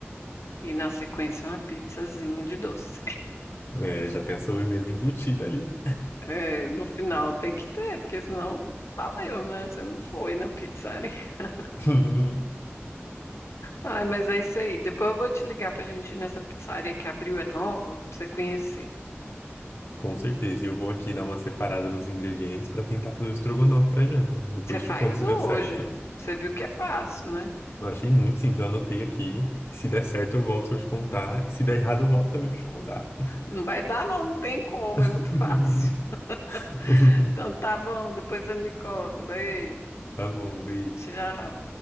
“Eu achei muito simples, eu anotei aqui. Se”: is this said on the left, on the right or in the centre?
Left